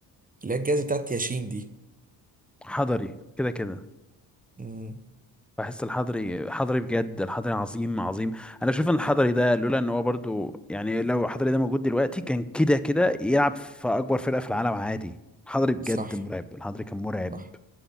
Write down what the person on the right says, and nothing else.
اللي هي الجائزه بتاعت ياشين دي
مم،
صح
صح